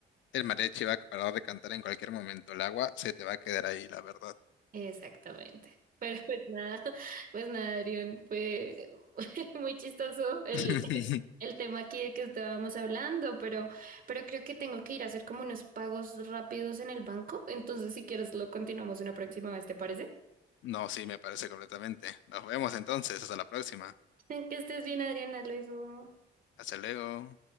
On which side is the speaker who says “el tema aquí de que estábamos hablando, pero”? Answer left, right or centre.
Right